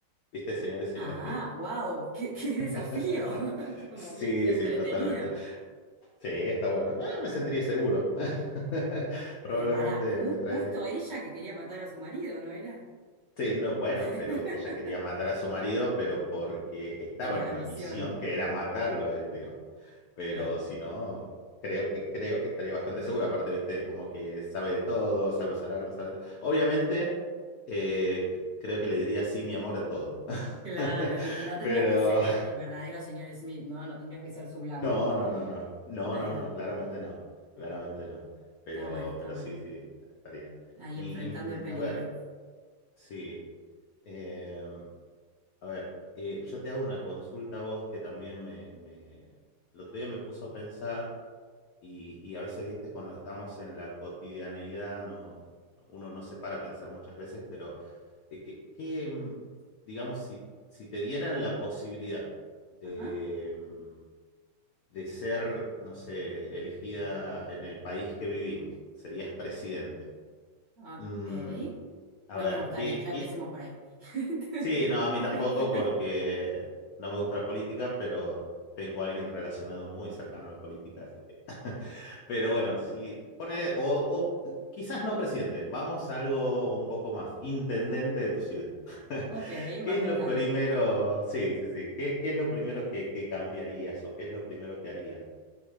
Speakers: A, on the left; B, on the right.
A: ¿Viste, señor y señora
B: Ah,
A: Smith?
B: wow, qué, qué desafío,
A: <laughs>
B: <laughs> como
A: Sí,
B: bien entretenido.
A: sí, totalmente. Sí, está bueno. Eh, me sentiría seguro. <laughs> Probablemente
B: Pero pará, ju-
A: me traería.
B: justo ella que quería matar a su marido, ¿no era?
A: Sí, no, bueno,
B: <laughs>
A: pero ella quería matar a su marido, pero porque estaba
B: Tenía
A: en
B: la
A: una
B: misión,
A: misión que era matarlo a él, digamos. Pero
B: claro.
A: si no, creo que, creo que estaría bastante segura. Aparte, viste, como que sabe de todo, sabe usar armas, sabe de todo. Obviamente, eh, c- creo que le diría sí, mi amor, a todo. <laughs>
B: Claro, y, y no tendrías
A: Pero
B: que ser el, el verdadero señor Smith, ¿no? No tendrías que ser su blanco.
A: no, no, no, no. No,
B: Ahí
A: no,
B: va.
A: no, claramente no. Claramente no. Pero,
B: Está bueno, está
A: pero
B: bueno.
A: sí, sí, estaría.
B: Ahí
A: Y,
B: enfrentando
A: y, mm,
B: el peligro.
A: a ver, sí. em, A ver, eh, yo te hago una consulta a vos que también me, me- el otro día me puso a pensar y, y a veces, viste, cuando estamos en la cotidianeidad, no, uno no se para a pensar muchas veces, pero eh, que, que, mm, digamos, si, si te dieran la posibilidad de,
B: Ajá,
A: mm, de ser, no sé, elegida en el país que vivimos, serías presidente.
B: ok.
A: Mm, a
B: No
A: ver,
B: me gustaría,
A: ¿qué,
B: ya
A: qué,
B: empecemos por ahí. <laughs>
A: Sí, no, a mí tampoco porque no me gusta la política, pero tengo a alguien relacionado muy cercano a la política, así que... <laughs> Pero bueno, si pone, o, o quizás no presidente, vamos a algo un poco más, intendente de tu ciudad. <laughs>
B: Ok, más
A: ¿Qué es
B: local.
A: lo primero? Sí, sí, sí. ¿Qué, qué es lo primero que, que cambiarías o qué es lo primero que harías?